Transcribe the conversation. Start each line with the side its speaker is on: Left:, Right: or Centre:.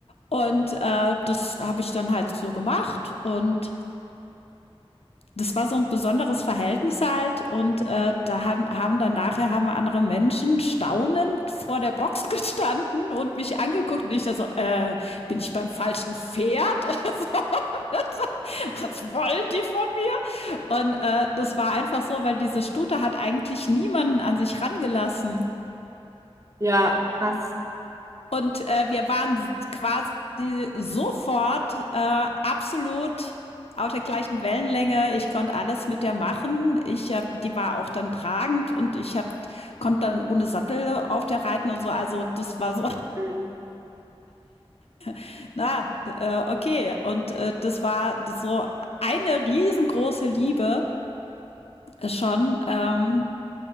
Left: Und äh, das habe ich dann halt so gemacht. Und das war so ein besonderes Verhältnis halt und äh, da haben, haben dann nachher haben andere Menschen staunend vor der Box <laughs> gestanden und mich angeguckt und ich da so, äh, bin ich beim falschen Pferd oder so? <laughs> Was wollen die von mir? Und äh, das war einfach so, weil diese Stute hat eigentlich niemanden an sich rangelassen.
Right: Ja, krass.
Left: Und äh, wir waren quasi sofort äh, absolut auf der gleichen Wellenlänge. Ich konnte alles mit der machen. Ich hab, die war auch dann tragend und ich hab, konnte dann ohne Sattel auf der reiten und so. Also das war so,
Right: Schön.
Left: <laughs> na, äh, okay. Und äh, das war das so eine riesengroße Liebe schon. Ähm,